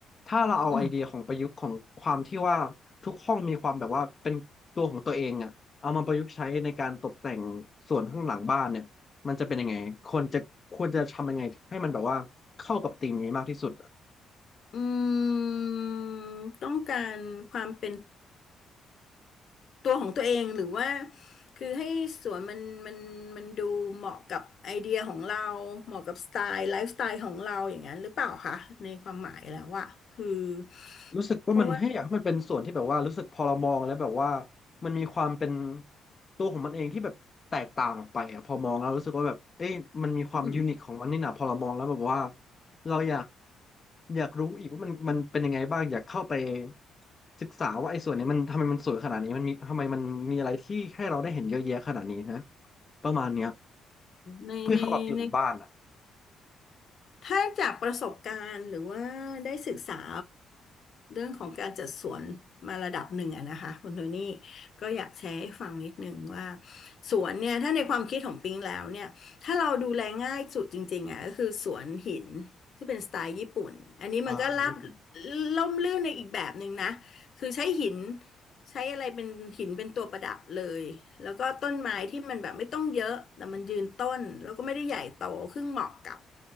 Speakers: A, on the left; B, on the left.
A: ถ้าเราเอาไอเดียของประยุกต์ของความที่ว่าทุกห้องมีความแบบว่าเป็นตัวของตัวเองอะเอามาประยุกต์ใช้ในการตกแต่งส่วนข้างหลังบ้านเนี่ยมันจะเป็นยังไงควรจะควรจะทำยังไงให้มันแบบว่าเข้ากับธีมนี้มากที่สุด
B: อืม อืมต้องการความเป็นตัวของตัวเองหรือว่าคือให้สวนมันมันมันดูเหมาะกับไอเดียของเราเหมาะกับสไตล์ไลฟ์สไตล์ของเราอย่างนั้นหรือเปล่าคะในความหมายแล้วว่าคือ
A: รู้สึกว่ามันให้อยากให้มันเป็นส่วนที่แบบว่ารู้สึกพอเรามองแล้วแบบว่า
B: เพราะว่า
A: มันมีความเป็นตัวของมันเองที่แบบแตกต่างออกไปอะพอมองแล้วรู้สึกว่าแบบเอ้ยมันมีความยูนิคของมันนี่นะพอเรามองแล้วแบบว่า
B: อืม
A: เราอยากอยากรู้อีกว่ามันมันเป็นยังไงบ้างอยากเข้าไปศึกษาว่าไอ้ส่วนนี้มันทำไมมันสวยขนาดนี้มันมีทำไมมันมีอะไรที่ให้เราได้เห็นเยอะแยะขนาดนี้นะประมาณเนี้ย
B: ในในใน
A: เพื่อเข้ากับธีมของบ้านอ่ะ
B: ถ้าจากประสบการณ์หรือว่าได้ศึกษาเรื่องของการจัดสวนมาระดับหนึ่งอะนะคะคุณโทนี่ก็อยากแชร์ให้ฟังนิดนึงว่าสวนเนี่ยถ้าในความคิดของปิงแล้วเนี่ยถ้าเราดูแลง่ายสุดจริงๆอะก็คือสวนหินที่เป็นสไตล์ญี่ปุ่นอันนี้มันก็ราบ
A: อ่าแบบนี้ผม
B: ล่มลื่นในอีกแบบหนึ่งนะคือใช้หิน ใช้อะไรเป็นหินเป็นตัวประดับเลย แล้วก็ต้นไม้ที่มันแบบไม่ต้องเยอะ แต่มันยืนต้น แล้วก็ไม่ได้ใหญ่โตซึ่งเหมาะกับ